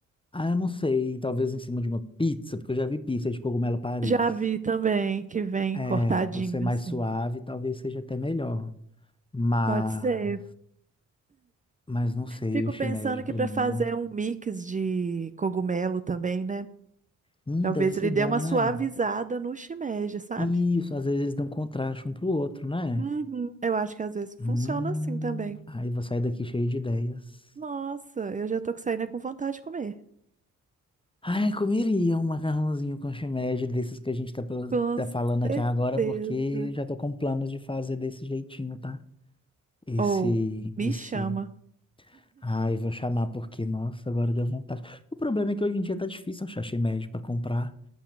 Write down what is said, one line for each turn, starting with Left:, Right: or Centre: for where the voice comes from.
Left: ah, eu não sei, talvez em cima de uma pizza, porque eu já vi pizza de cogumelo Paris.
Right: Já vi também que vem
Left: É,
Right: cortadinho,
Left: por ser mais
Right: assim.
Left: suave, talvez seja até melhor. Mas,
Right: Pode ser.
Left: mas não sei,
Right: Fico
Left: o shimeji
Right: pensando
Left: pra
Right: que para
Left: mim
Right: fazer
Left: é,
Right: um mix de cogumelo também, né?
Left: hum,
Right: Talvez
Left: deve ser
Right: ele
Left: bom,
Right: dê uma
Left: né?
Right: suavizada no shimeji, sabe?
Left: Isso, às vezes dão contraste um pro outro, né?
Right: Uhum. Eu acho que às vezes
Left: Hum,
Right: funciona assim também.
Left: aí vou sair daqui cheio de ideias.
Right: Nossa, eu já tô saindo com vontade de comer.
Left: Ai, comeria um macarrãozinho com shimeji desses que a gente tá, pela-
Right: Com
Left: tá falando aqui
Right: certeza.
Left: agora, porque já tô com planos de fazer desse jeitinho, tá? Esse,
Right: Ou me
Left: esse.
Right: chama.
Left: Ai, vou chamar porque, nossa, agora deu vontade. O problema é que hoje em dia tá difícil achar shimeji pra comprar,